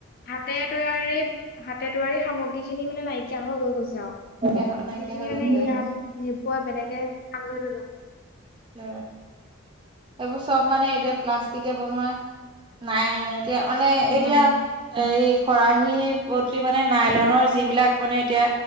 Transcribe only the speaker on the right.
নাইকিয়া হৈ নাইকিয়া
হৈ
গৈছে
আৰু
অ এইবোৰ চব মানে এতিয়া প্লাষ্টিকে বনোৱা, নাই এতিয়া মানে এতিয়া
এই খৰাহী বদলি মানে নাইলনৰ যিবিলাক মানে এতিয়া